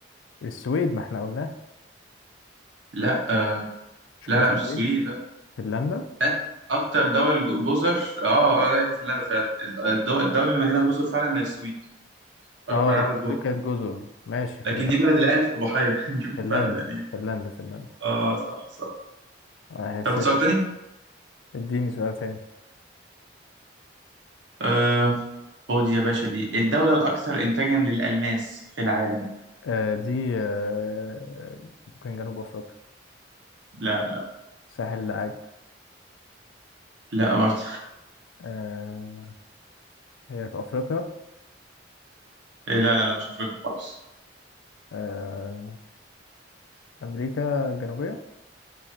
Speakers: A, on the left; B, on the right.
A: السويد ما احنا قلناه
B: لا آه
A: مش
B: لا
A: كانت
B: لا
A: السويد
B: مش السويد لا
A: فنلندا
B: لا، اكتر دول ج- جزر اه اه لا هي فنلندا فعلا الدول الدول الدوله اللي مليانه جزر فعلا هي السويد أكبر
A: اه
B: عدد
A: السويد
B: جزر
A: كانت جزر ماشي فنلندا
B: لكن دي بلد الألف بحيرة <laughs> نشوف الفرق
A: فنلندا
B: يعني
A: فنلندا فنلدا
B: آه صح صح
A: واحد
B: تاخد
A: صفر
B: سؤال تاني؟
A: اديني سؤال تاني
B: آه خد يا باشا دي الدولة الأكثر إنتاجا للألماس في العالم
A: آه دي آه ممكن جنوب افريقيا
B: لا لا
A: ساحل العاج
B: لا برضه
A: آه هي في أفريقيا
B: آه، لا لا لا مش أفريقيا خالص
A: آه، أمريكا الجنوبية